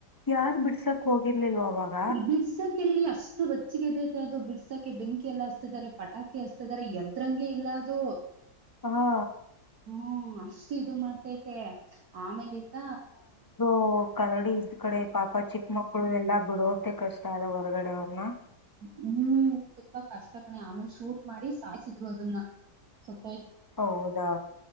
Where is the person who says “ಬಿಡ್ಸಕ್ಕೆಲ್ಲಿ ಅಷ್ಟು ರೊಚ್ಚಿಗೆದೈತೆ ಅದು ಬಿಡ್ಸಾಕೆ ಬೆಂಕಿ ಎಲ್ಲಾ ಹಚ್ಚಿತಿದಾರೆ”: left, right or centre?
Right